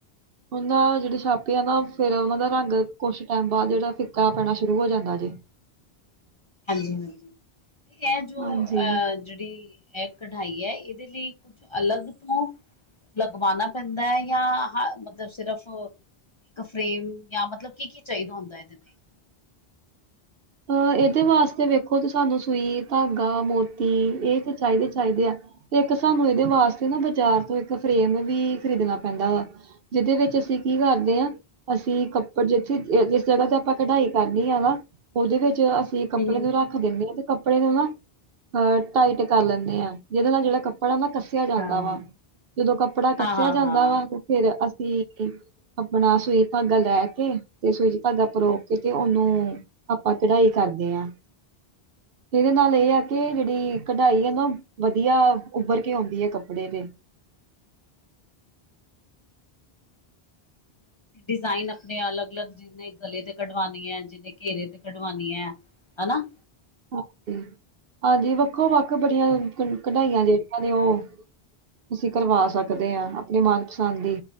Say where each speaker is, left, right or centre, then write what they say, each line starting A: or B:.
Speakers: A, on the right; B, on the left.
A: ਉਹ ਨਾ ਜਿਹੜੇ ਛਾਪੇ
B: ਹਾਂਜੀ
A: ਆ ਨਾ ਫੇਰ ਉਹਨਾਂ ਦਾ ਰੰਗ ਕੁਛ ਟੈਮ ਬਾਅਦ ਜਿਹੜਾ ਫਿੱਕਾ ਪੈਣਾ ਸ਼ੁਰੂ ਹੋ ਜਾਂਦਾ ਜੇ।
B: ਹਾਂਜੀ-ਹਾਂਜੀ ਤੇ ਇਹ ਜੋ
A: ਹਾਂਜੀ
B: ਅਹ ਜਿਹੜੀ ਇਹ ਕਢਾਈ ਹੈ ਇਹਦੇ ਲਈ ਕੁਛ ਅਲੱਗ ਤੋਂ ਲਗਵਾਉਣਾ ਪੈਂਦਾ ਹੈ ਜਾਂ ਹ ਮਤਲਬ ਸਿਰਫ ਕ ਫਰੇਮ ਜਾਂ ਮਤਲਬ ਕੀ-ਕੀ ਚਾਹੀਦਾ ਹੁੰਦਾ ਇਹਦੇ ਤੇ।
A: ਅ ਇਹਦੇ ਵਾਸਤੇ ਵੇਖੋ ਤੇ ਸਾਨੂੰ ਸੂਈ, ਧਾਗਾ, ਮੋਤੀ ਇਹ ਤੇ ਚਾਹੀਦੇ ਹੀ ਚਾਹੀਦੇ ਆ। ਇੱਕ ਸਾਨੂੰ ਇਹਦੇ ਵਾਸਤੇ ਨਾ ਬਾਜ਼ਾਰ ਤੋਂ ਇੱਕ ਫਰੇਮ ਵੀ ਖਰੀਦਣਾ ਪੈਂਦਾ ਵਾ। ਜਿਦੇ ਵਿੱਚ ਅਸੀਂ ਕੀ ਕਰਦੇ ਹਾਂ ਅਸੀਂ ਕੱਪੜ ਜਿੱਥੇ ਜਿਸ ਜਗ੍ਹਾ ਤੇ ਆਪਾਂ ਕਢਾਈ ਕਰਨੀ ਆ ਨਾ ਉਹਦੇ ਵਿੱਚ ਅਸੀਂ ਕੱਪੜੇ
B: ਹਮ
A: ਨੂੰ ਰੱਖ ਖ ਦਿੰਨੇ ਆ ਤੇ ਕੱਪੜੇ ਨੂੰ ਨਾ ਅਹ ਟਾਈਟ ਕਰ ਲੈਂਦੇ ਆ ਜਿਹਦੇ ਨਾਲ ਜਿਹੜਾ ਕੱਪੜਾ ਨਾ ਕ ਸਿਆ ਜਾਂਦਾ
B: ਹਾਂ
A: ਵਾ ਜਦੋਂ ਕੱਪੜਾ ਕੱਸਿਆ
B: ਹਾਂ
A: ਜਾਂਦਾ
B: ਹਾਂ
A: ਵਾ ਤੇ ਫੇਰ ਅਸੀਂ ਆਪਣਾ ਸੂਈ, ਧਾਗਾ ਲੈ ਕੇ ਤੇ ਸੂਈ ਚ ਧਾਗਾ ਪਰੋ ਕੇ ਤੇ ਉਹਨੂੰ ਆਪਾਂ ਕਢਾਈ ਕਰਦੇ ਹਾਂ ਇਹਦੇ ਨਾਲ ਇਹ ਆ ਕਿ ਜਿਹੜੀ ਕਢਾਈ ਆ ਨਾ ਵਧੀਆ ਉਭਰ ਕੇ ਆਉਂਦੀ ਹੈ ਕੱਪੜੇ ਦੇ।
B: ਡਿਜ਼ਾਇਨ ਆਪਣੇ ਅਲੱਗ-ਅਲੱਗ ਜਿਨੇ ਗਲੇ ਤੇ ਕਢਵਉਣੀ ਹੈ, ਜਿੰਨੇ ਘੇਰੇ ਤੇ ਕਢਵਉਣੀ ਹੈ ਹਨਾ।
A: ਹ ਹਾਂਜੀ ਵੱਖੋ ਵੱਖ ਬੜੀਆਂ ਕਢਾਈਆਂ ਜਿਹੜੀਆਂ ਨੇ ਉਹ ਅਸੀਂ ਕਰਵਾ ਸਕਦੇ ਹਾਂ ਆਪਣੇ ਮਨਪਸੰਦ ਦੀ।